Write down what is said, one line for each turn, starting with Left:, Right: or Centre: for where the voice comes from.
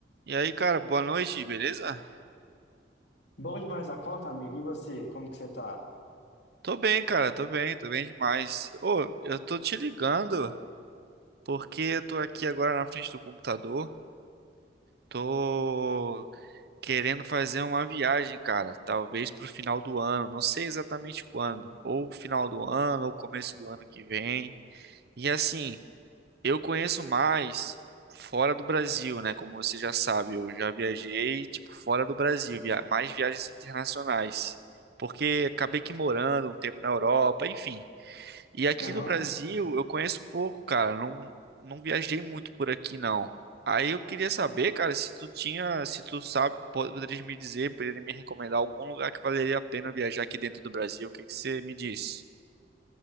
Right: E aí, cara, boa noite, beleza?
Left: Bom demais da conta, amigo. E você, como que você tá?
Right: Tô bem, cara, tô bem, tô bem demais. Ô, eu tô te ligando porque eu tô aqui agora na frente do computador. Tô querendo fazer uma viagem, cara, talvez pro final do ano, não sei exatamente quando, ou final do ano, ou começo do ano que vem. E assim, Eu conheço mais fora do Brasil, né? Como você já sabe, eu já viajei, tipo, fora do Brasil, via- mais viagens internacionais. Porque acabei que morando um tempo na Europa, enfim. E aqui
Left: Aham.
Right: no Brasil eu conheço pouco, cara. Não, não viajei muito por aqui, não. Aí eu queria saber, cara, se tu tinha, se tu sabe, po- poderia me dizer, poderia me recomendar algum lugar que valeria a pena viajar aqui dentro do Brasil. O que que você me diz?